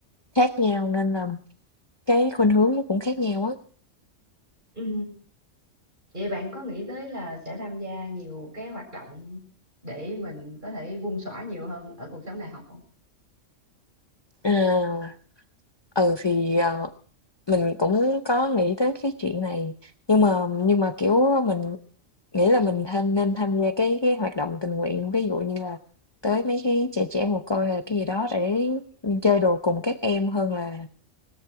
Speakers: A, on the left (about 25°); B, on the right (about 40°).
A: khác nhau nên là cái khuynh hướng nó cũng khác nhau á.
B: ừ. Vậy bạn có nghĩ tới là sẽ tham gia nhiều cái hoạt động để mình có thể bung xõa nhiều hơn ở cuộc sống đại học không?
A: À, ừ, thì, ờ, mình cũng có nghĩ tới cái chuyện này, nhưng mà nhưng mà, kiểu, mình nghĩ là mình tham nên tham gia cái cái hoạt động tình nguyện, ví dụ như là tới mấy cái trẻ trẻ mồ côi hay là cái gì đó để, chơi đùa cùng các em hơn là,